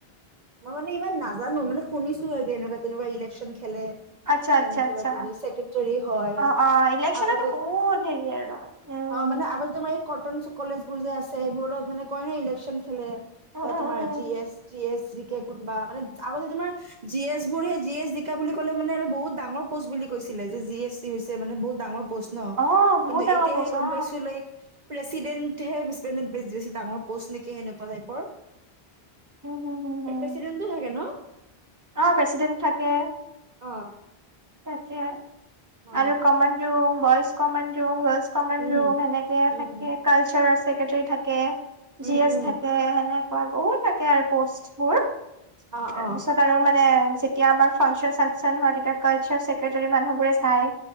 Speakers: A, on the right; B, on the right.
A: মই মানে ইমান নাজানো মানে শুনিছো আৰু এনেকুৱা তেনেকুৱা ইলেকশ্যন খেলে।
B: আচ্ছা আচ্ছা
A: ন কিবা
B: আচ্ছা
A: কিবি ছেক্ৰেটাৰী হয়
B: অ অ ইলেকচনতো
A: আগতে।
B: বহুত হেৰি আৰু উম
A: অ মান আগতে তোমাৰ কটন কলেজ বোৰ যে আছে এই বডত মানে কয় ন ইলেকচন খেলে
B: উম
A: বা
B: উম উম
A: তোমাৰ জি এছ জি এ কোনোবা মানে আগতে তোমাৰ জি এছ বোৰ সেই জি এছ জিকা বুলি ক'লে মানে আৰু বহুত ডাঙৰ প'ষ্ট বুলি কৈছিল। এ মানে বহুত ডাঙৰ পষ্ট ন
B: অ বহুত
A: কিন্তু
B: ডাঙৰ
A: এতিয়াহে
B: প'ষ্ট
A: গম
B: অ
A: পাইছো লাইক প্ৰেচিডেণ্টহে বেছি ডাঙৰ পষ্ট নেকি সেনেকুৱা টাইপৰ।
B: উম হম হম হম
A: প্ৰেচিডেণ্টো থাকে ন
B: অ প্ৰেচিডেন্ট থাকে
A: অ'।
B: তাকে
A: অ
B: আৰু common room boys common room গৰ্লচ
A: উম
B: নেকে
A: উম
B: থাকে কাৰ্ৰী থাকে।
A: উম
B: জি এছ
A: উম
B: থাকে সেনেকুৱা বহুত থাকে আৰু পষ্টবোৰ।
A: অ
B: তাৰপিছত
A: অ
B: আৰু মানে যেতিয়া আমাৰ ফাংচন চাংচন হয় তেতিয়া। চাৰ চছেক্ৰেটৰী মানুহবোৰে চাই